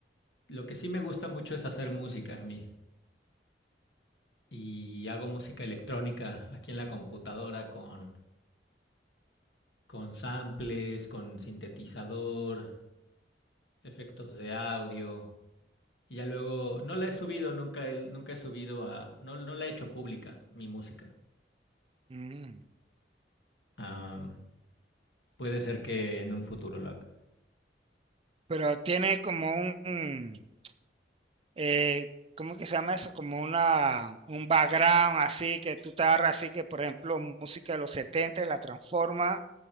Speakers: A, on the left; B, on the right.
A: Lo que sí me gusta mucho es hacer música a mí. Y hago música electrónica aquí en la computadora con con samples, con sintetizador, efectos de audio. Y ya luego, no la he subido, nunca, he- nunca he subido a, no, no la he hecho pública, mi música.
B: Mm.
A: Am, puede ser que en un futuro lo haga.
B: Pero tiene como un, un, eh, ¿cómo que se llama eso? Como una, un background así que tú te agarras así que, por ejemplo, música de los 70 y la transforma